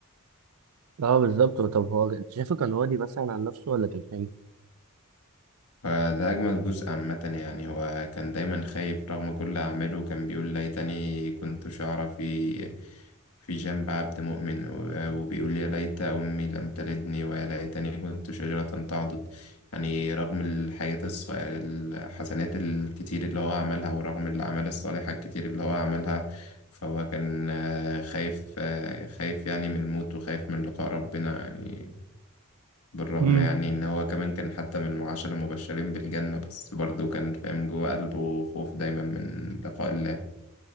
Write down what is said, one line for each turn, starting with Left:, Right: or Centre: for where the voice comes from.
Right: أه بالظبط طب هو أنت شايفه كان راضي مثلا عن نفسه ولا كان خايف؟
Left: فده أجمل جزء عامة يعني هو كان دايما خايف رغم كل أعماله كان بيقول ليتني كنت شعرة في في جنب عبد مؤمن و- وبيقول يا ليت أمي لم تلدني ويا ليتني كنت شجرة تعضد يعني رغم الحاجات الص- الحسنات الكتير اللي هو عملها ورغم الأعمال الصالحة الكتير اللي هو عملها فهو كان آه، خايف آه، خايف يعني من الموت وخايف من لقاء ربنا يعني بالرغم
Right: امم
Left: يعني إن هو كمان كان حتى من العشرة المبشرين بالجنة بس برضه كان فاهم جوه قلبه خوف دايما من لقاء الله